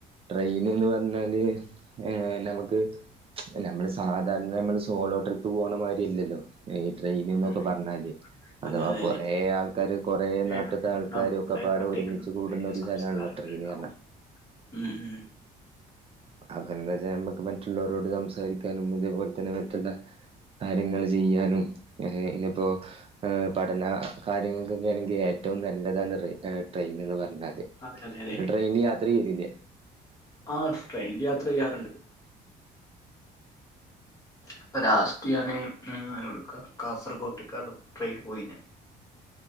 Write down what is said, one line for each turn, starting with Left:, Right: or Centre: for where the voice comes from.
Right: ട്രെയിൻന്ന് പറഞ്ഞാല് ഏഹ് നമ്മക്ക് നമ്മള് സാധാരണ നമ്മള് സോളോ ട്രിപ്പ് പോകണ മാതിരി അല്ലല്ലോ ഈ ട്രെയിന്
Left: ഉം
Right: എന്നൊക്കെ
Left: ഉം
Right: പറഞ്ഞാല് അഥവാ
Left: അതെ അതെ
Right: കൊറെ
Left: അതെ
Right: ആൾക്കാാര് കൊറേ നാട്ട്
Left: ആൾക്കാരുണ്ടാവും
Right: പ്പത്തെ ആൾക്കാരും
Left: കൊറേ
Right: ഒക്കെ പാടെ
Left: നാട്ടുകാരുണ്ടാവും
Right: ഒരുമിച്ച് കൂടുന്ന
Left: കൊറേ
Right: ഒരു
Left: സംസ്കാരങ്ങളുണ്ടാവും
Right: സ്ഥലാണല്ലോ ട്രെയിന് പറഞ്ഞാ
Left: ഉം ഉം
Right: <unintelligible> നമ്മക്ക് മറ്റുള്ളവരോട് സംസാരിക്കാനും അതേപോലെ തന്നെ മറ്റുള്ള കാര്യങ്ങള് ചെയ്യാനും ഏഹ് ഇനിപ്പോ ഏഹ് പഠന കാര്യങ്ങൾക്കൊക്കെ ആണെങ്കി ഏറ്റവും നല്ലതാണ് റെ ട്രെയിൻ എന്ന് പറഞ്ഞാല്
Left: അതെ അതെ അതെ
Right: ട്രൈയിനി യാത്ര ചെയ്തില്ലേ
Left: ആഹ് ട്രെയിനിൽ യാത്ര ചെയ്യാറുണ്ട് ഇപ്പം ലാസ്റ്റ് ഞാന് ഉം <unintelligible> കാസർകോട്ട്ക്കാ ട്രെയിൻ പോയിനെ